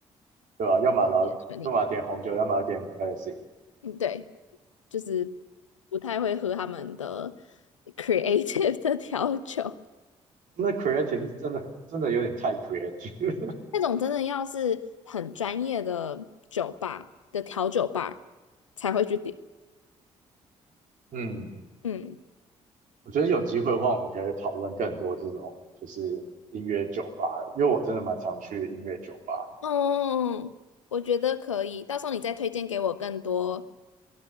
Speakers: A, on the right; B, on the left.
A: 对吧？要么然后要么点红酒，
B: 点纯饮，
A: 要么点 classic。
B: 嗯，对。就是不太会喝他们的 creative <laughs> 的调酒，
A: 那 creative 是真的真的有点太 creative。
B: 那种真的要是很专业的酒吧的调酒吧才会去点。
A: <laughs> 嗯，
B: 嗯，
A: 我觉得有机会的话，我们可以讨论更多这种就是音乐酒吧，因为我真的蛮常去音乐酒吧。
B: 哦，我觉得可以，到时候你再推荐给我更多